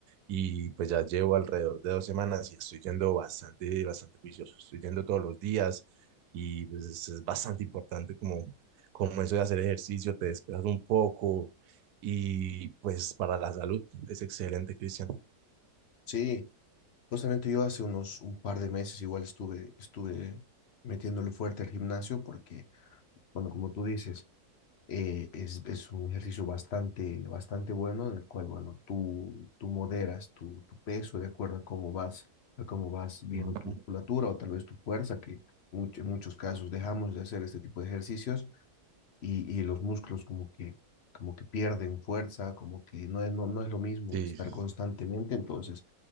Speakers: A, on the right; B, on the left.
A: y pues ya llevo alrededor de dos semanas y estoy yendo bastante, bastante juicioso. Estoy yendo todos los días y pues es, es bastante importante como, como eso de hacer ejercicio, te despejas un poco y pues para la salud es excelente, Cristian.
B: Sí. Justamente yo hace unos un par de meses igual estuve, estuve metiéndole fuerte al gimnasio porque, bueno, como tú dices, eh, es, es un ejercicio bastante, bastante bueno en el cual, bueno, tú, tú moderas tu, tu peso de acuerdo a cómo vas, a cómo vas viendo
A: Ujú.
B: tu musculatura o tal vez tu fuerza, que mucho- en muchos casos dejamos de hacer este tipo de ejercicios y, y los músculos como que, como que pierden fuerza, como que no es, no, no es lo mismo
A: Sí,
B: estar constantemente, entonces...